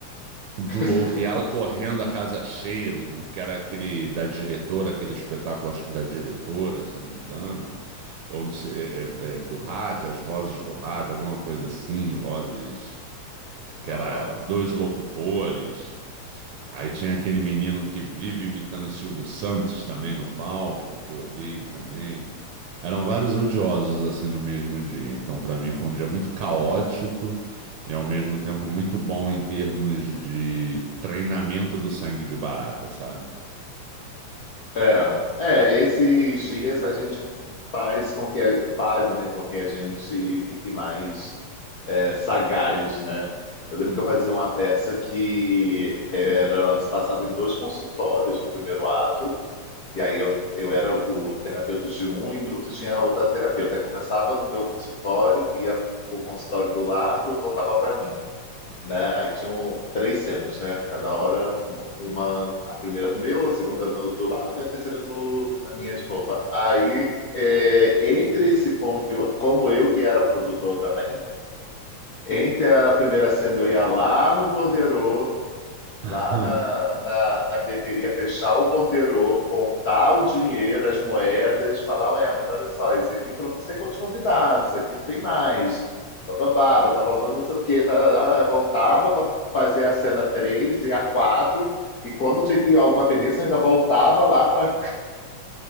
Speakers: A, on the right; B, on the left.
A: muito
B: <laughs>
A: louco. E ela correndo a casa cheia, meu irmão, que era aquele da diretora, aquele espetáculo, acho que da diretora, se eu não me engano, ou não sei, é- é- é do rádio, as vozes do rádio, alguma coisa assim, vozes que
B: Aham.
A: era dois locutores. Aí tinha aquele menino que vive imitando o Silvio Santos também no palco, que eu odeio também. Eram vários odiosos assim no mesmo dia. Então, para mim, foi um dia muito caótico e ao mesmo tempo muito bom em termos de treinamento do sangue de barata, sabe?
B: É, é, esses dias a gente faz com que a, faz, né, com que a gente fique mais é, sagaz, né? Eu lembro
A: Hum.
B: que eu fazia uma peça que era, se passava em dois consultórios no primeiro ato, e aí eu, eu era o terapeuta de um e no outro tinha outra terapeuta. Aí começava no meu consultório, ia para o consultório do lado, voltava para mim né? Aí tinham três cenas, né? Cada hora, uma, uma- a primeira do meu, a segunda no- do lado e a terceira no, na minha de novo. Aí, é, entre esse ponto e outro, como eu que era produtor também, entre a primeira cena eu ia lá no borderô
A: <laughs>
B: lá na, na, na bilheteria fechar o borderô, contar o dinheiro, as moedas, falar, ué, mas olha só, isso aqui foram não sei quantos convidados, isso aqui tem mais, bababá, tá faltando não sei o quê, tá, tá, tá. voltava para fazer a cena 3 e a quatro e quando tinha que alguma penência, eu ainda voltava lá para